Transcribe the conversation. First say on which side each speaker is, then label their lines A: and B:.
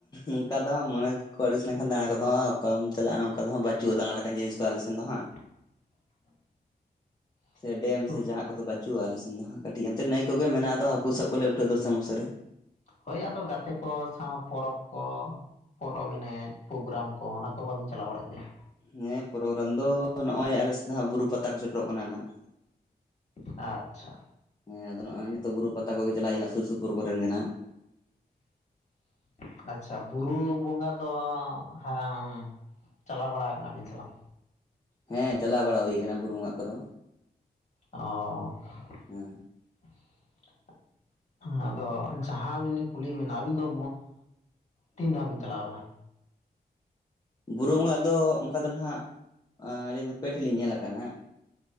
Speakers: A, on the left (about 25°); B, on the left (about 45°).
A: ᱚᱱᱠᱟ ᱫᱚ ᱦᱟᱸᱜ ᱢᱚᱱᱮ ᱠᱚ ᱟᱹᱲᱤᱥ ᱞᱮᱱᱠᱷᱟᱱ ᱫᱟᱬᱟ ᱠᱚᱫᱚ ᱦᱟᱸᱜ ᱚᱠᱟᱢ ᱪᱟᱞᱟᱜᱼᱟ, ᱱᱚᱝ ᱚᱠᱟ ᱫᱚ ᱦᱟᱸᱜ ᱵᱟᱹᱪᱩᱜᱼᱟ‌ ᱫᱟᱬᱟ ᱞᱮᱠᱟ ᱡᱤᱱᱤᱥ ᱠᱚ ᱟᱞᱮᱥ ᱥᱮᱫ ᱫᱚ ᱦᱟᱸᱜ᱾
B: <inaudible>
A: ᱥᱮ ᱰᱮᱢ
B: ᱛᱩ-
A: ᱥᱮ ᱡᱟᱦᱟᱸ ᱠᱚᱫᱚ ᱵᱟᱪᱩᱜᱼᱟ ᱟᱞᱮ ᱥᱮᱱ ᱫᱚ ᱠᱟᱹᱴᱤᱡ ᱮᱱᱛᱮ ᱱᱟᱹᱭ ᱠᱚᱜᱮ ᱢᱮᱱᱟᱜᱼᱟ ᱫᱚ ᱦᱟᱹᱠᱩ ᱥᱟᱵ ᱠᱚᱞᱮ ᱩᱴᱷᱟᱹᱜ ᱫᱚᱥᱮ ᱢᱟᱥᱮ ᱨᱮ ᱾
B: ᱦᱳᱭ ᱟᱫᱚ ᱜᱟᱛᱮ ᱠᱚ ᱥᱟᱸᱣ ᱯᱚᱨᱚᱵᱽ ᱠᱚ᱾ ᱯᱚᱨᱚᱵᱽ ᱮᱱᱮᱡ ᱯᱨᱳᱜᱨᱟᱢ ᱠᱚ ᱚᱱᱟ ᱠᱚ ᱵᱟᱵᱤᱱ ᱪᱟᱞᱟᱣ ᱵᱟᱲᱟᱜ ᱜᱮᱭᱟ?
A: ᱦᱮᱸ ᱯᱨᱳᱜᱨᱟᱢ ᱫᱚ ᱱᱚᱜᱼᱚᱭ ᱟᱞᱮ ᱥᱮᱫ ᱫᱚ ᱦᱟᱸᱜ ᱵᱩᱨᱩ ᱯᱟᱛᱟ ᱠᱚ ᱥᱮᱴᱮᱨᱚᱜ ᱠᱟᱱᱟ ᱱᱟᱚᱸᱼᱜ᱾
B: ᱟᱪᱪᱷᱟ᱾
A: ᱦᱮᱸ ᱟᱫᱚ ᱱᱚᱜᱼᱚᱭ ᱱᱤᱛᱚᱜ ᱵᱩᱨᱩ ᱯᱟᱛᱟ ᱠᱚᱜᱮ ᱪᱟᱞᱟᱜ ᱦᱩᱭᱩᱜᱼᱟ ᱥᱩᱨ ᱥᱩᱯᱩᱨ ᱠᱚᱨᱮ ᱢᱮᱱᱟᱜ᱾
B: <inaudible> ᱟᱪᱪᱷᱟ, ᱵᱩᱨᱩ ᱵᱚᱸᱜᱟ ᱫᱚ ᱦᱮᱸ ᱪᱟᱞᱟᱣ ᱵᱟᱲᱟ ᱠᱟᱱᱟ ᱵᱤᱱ ᱥᱮ ᱵᱟᱝ?
A: ᱦᱮᱸ ᱪᱟᱞᱟᱣ ᱵᱟᱲᱟ ᱦᱩᱭ ᱠᱟᱱᱟ ᱵᱩᱨᱩ ᱵᱚᱸᱜᱟ ᱠᱚᱫᱚ᱾
B: ᱚᱻ
A: ᱦᱮᱸ
B: <unintelligible> ᱟᱫᱚ ᱡᱟᱦᱟᱸᱵᱤᱱ ᱠᱩᱞᱤ ᱵᱤᱱᱟ ᱟᱹᱵᱤᱱ ᱫᱚ ᱛᱤᱱ ᱫᱷᱟᱣ ᱵᱤᱱ ᱪᱟᱞᱟᱣ ᱠᱟᱱᱟ?
A: ᱵᱩᱨᱩ ᱵᱚᱸᱜᱟᱜ ᱫᱚ ᱚᱱᱠᱟ ᱫᱚ ᱱᱟᱦᱟᱜ ᱟᱹᱞᱤᱧ ᱫᱚ ᱯᱮ ᱴᱷᱮᱡ ᱞᱤᱧ ᱧᱮᱞ ᱟᱠᱟᱱᱟ ᱦᱟᱸᱜ᱾